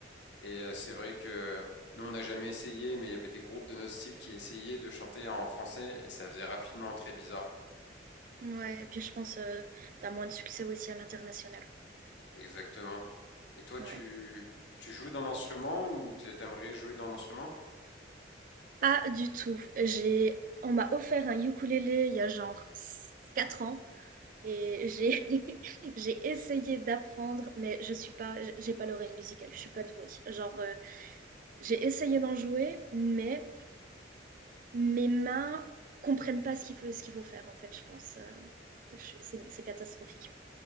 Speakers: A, on the left; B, on the right.
A: Et euh, c'est vrai que nous, on n'a jamais essayé, mais il y avait des groupes de notre style qui essayaient de chanter en français et ça faisait rapidement très bizarre.
B: Ouais, et puis je pense euh, t'as moins de succès aussi à l'international.
A: Exactement. Et toi,
B: Ouais.
A: tu, tu joues d'un instrument ou tu- aimerais jouer d'un instrument?
B: Pas du tout. J'ai, on m'a offert un ukulélé il y a genre 4 ans et j'ai <laughs> j'ai essayé d'apprendre, mais je suis pas, j'ai pas l'oreille musicale, je suis pas douée. Genre, euh, j'ai essayé d'en jouer, mais mes mains comprennent pas ce qu'il faut, ce qu'il faut faire en fait, je pense. Euh, je- c'est c'est catastrophique.